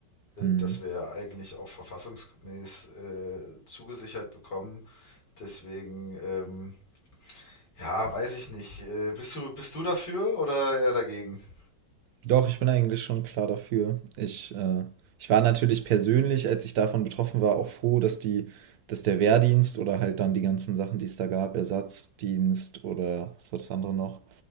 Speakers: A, on the right; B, on the left.
A: Hm.
B: das wir ja eigentlich auch verfassungsgemäß äh, zugesichert bekommen. Deswegen, ähm, ja, weiß ich nicht. Äh, bist du, bist du dafür oder eher dagegen? <laughs>
A: Doch, ich bin eigentlich schon klar dafür. Ich, äh, ich war natürlich persönlich, als ich davon betroffen war, auch froh, dass die, dass der Wehrdienst oder halt dann die ganzen Sachen, die es da gab, Ersatzdienst oder was war das andere noch?